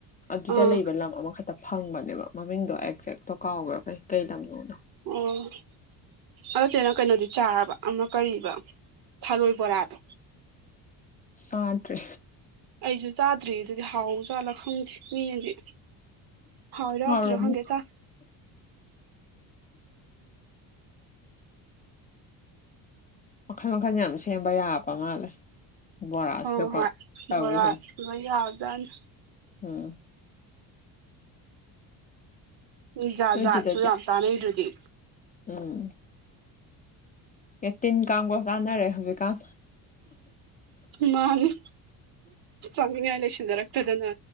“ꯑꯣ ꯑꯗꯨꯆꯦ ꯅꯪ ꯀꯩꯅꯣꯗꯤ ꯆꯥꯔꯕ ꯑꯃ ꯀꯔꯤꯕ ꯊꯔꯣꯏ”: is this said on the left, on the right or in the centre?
Right